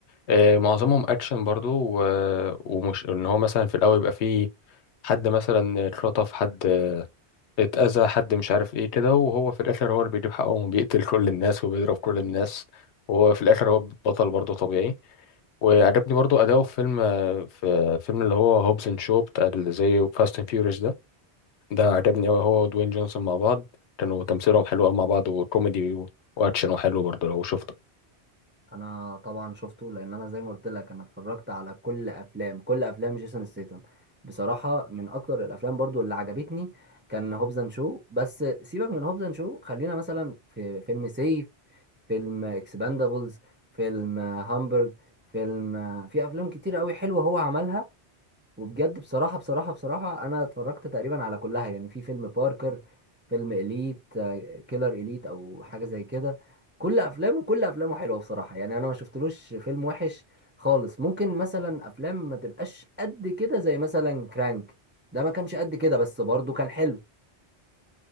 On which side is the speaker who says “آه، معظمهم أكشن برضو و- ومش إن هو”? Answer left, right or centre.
Left